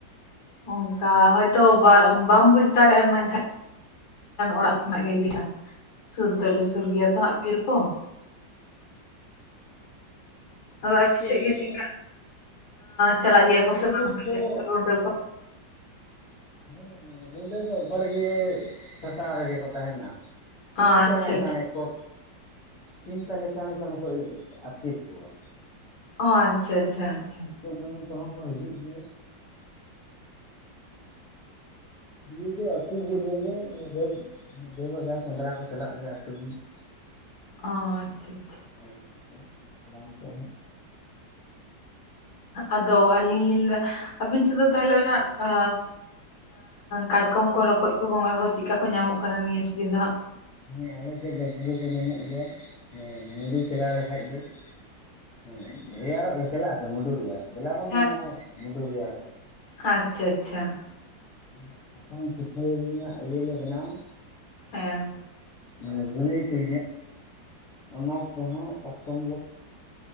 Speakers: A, on the left; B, on the left.
A: ᱚᱱᱠᱟ ᱦᱚᱭᱛᱚ ᱵᱟ ᱵᱟᱢ ᱵᱩᱡ ᱫᱟᱲᱮᱜᱼᱟ ᱢᱮᱱᱠᱷᱟ ᱚᱲᱟᱜ ᱠᱷᱚᱱᱟᱜ ᱜᱮ ᱤᱫᱤ, <unintelligible> ᱥᱩᱨ ᱫᱚᱞᱮ ᱥᱩᱨ ᱜᱮᱭᱟ ᱛᱚ ᱦᱟᱸᱜ ᱵᱤᱨ ᱠᱚ ᱾
B: ᱟᱞᱮ
A: ᱟᱫᱚ ᱟᱹᱵᱤᱱ
B: ᱥᱮᱫ
A: ᱥᱮᱜ ᱜᱮ
B: ᱫᱚ
A: ᱪᱮᱫᱠᱟ, ᱪᱟᱞᱟᱜ ᱜᱮᱭᱟ ᱠᱚ
B: ᱟᱞᱮ
A: ᱥᱮ ᱵᱟᱝ
B: ᱥᱮᱫ
A: <unintelligible>
B: ᱫᱚ
A: ᱨᱩᱸᱵᱟᱹ ᱠᱚ?
B: ᱦᱮᱸ ᱨᱩᱸᱰᱟᱹ ᱫᱚ ᱵᱟᱲᱜᱮ ᱥᱟᱴᱟᱣ ᱨᱮᱜᱮ ᱠᱚ ᱛᱟᱦᱮᱱᱟ᱾ ᱥᱤᱧ
A: ᱟᱪᱪᱷᱟ
B: ᱪᱟᱸᱬᱮᱸ
A: ᱟᱪᱪᱷᱟ
B: ᱪᱟᱸᱬᱮᱸ ᱠᱚ ᱥᱤᱢ ᱛᱟᱞᱮ ᱪᱟᱸᱬᱮᱸ ᱪᱟᱸᱬᱮᱸ ᱠᱚ ᱟᱹᱛᱠᱤᱨ ᱠᱚᱣᱟ᱾
A: ᱚᱸ ᱟᱪᱪᱷᱟ ᱟᱪᱪᱷᱟ ᱟᱪᱪᱷᱟ᱾
B: ᱥᱮ ᱵᱤᱧ ᱠᱚᱦᱚᱸ ᱠᱚᱦᱚᱸ ᱠᱚ ᱦᱤᱡᱩᱜ ᱜᱮᱭᱟ ᱾ ᱞᱟᱹᱭ ᱫᱟᱹᱧ ᱟᱹᱛᱩ ᱵᱤᱨ ᱨᱮᱜᱮ <unintelligible> ᱾ ᱢᱤᱫ ᱵᱟᱨ ᱫᱷᱟᱣ ᱥᱮᱸᱫᱽᱨᱟ ᱠᱚ ᱪᱟᱞᱟᱜ ᱜᱮᱭᱟ ᱟᱹᱛᱩ ᱨᱤᱱ ᱾
A: ᱚᱸ ᱟᱪᱪᱷᱟ ᱟᱪᱪᱷᱟ᱾
B: <unintelligible>
A: ᱟᱫᱚ ᱟᱹᱞᱤᱧ ᱞᱤᱧ ᱞᱮᱫᱟ ᱟᱵᱤᱱ ᱥᱮᱫ ᱫᱚ ᱛᱟᱦᱚᱞᱮ ᱚᱱᱟ ᱠᱟᱴᱠᱚᱢ ᱠᱚ ᱨᱚᱠᱚᱡ ᱠᱚ ᱜᱚᱸᱜᱟ ᱠᱚ ᱪᱮᱫᱠᱟ ᱠᱚ ᱧᱟᱢᱚᱜ ᱠᱟᱱᱟ ᱱᱤᱭᱟᱹ ᱥᱤᱡᱤᱱ ᱫᱚ ᱦᱟᱸᱜ?
B: ᱦᱮ ᱟᱞᱮ ᱥᱮᱫ ᱫᱚ ᱯᱩᱨᱟᱹ ᱠᱚ ᱧᱟᱢᱚᱜ ᱜᱮᱭᱟ ᱢᱩᱰᱩ ᱪᱟᱞᱟᱣ ᱞᱮᱠᱷᱟᱡ ᱜᱮ ᱾ ᱦᱮᱸ ᱨᱮᱭᱟᱲᱚᱜ ᱞᱮ ᱪᱟᱞᱟᱜ ᱟᱥᱮ ᱢᱩᱰᱩ ᱨᱮᱭᱟᱲᱟᱜ ᱫᱮᱞᱟᱵᱚᱱ
A: ᱦᱮᱸ
B: ᱢᱮᱱᱟᱠᱚ ᱢᱩᱰᱩ ᱨᱮᱭᱟᱲᱚᱜ ᱾
A: ᱟᱪᱪᱷᱟ ᱟᱪᱪᱷᱟ ᱾
B: ᱱᱚᱣᱟ ᱥᱟᱠᱟᱢ ᱥᱩᱠᱷᱟᱹᱭ ᱨᱮᱱᱟᱜ ᱤᱭᱟᱹ ᱞᱮ ᱵᱮᱱᱟᱣ-ᱟ᱾
A: ᱦᱮᱸ ᱾
B: ᱢᱟᱱᱮ <inaudible> ᱚᱱᱟ ᱠᱚᱦᱚᱸ ᱠᱟᱴᱠᱚᱢ <inaudible>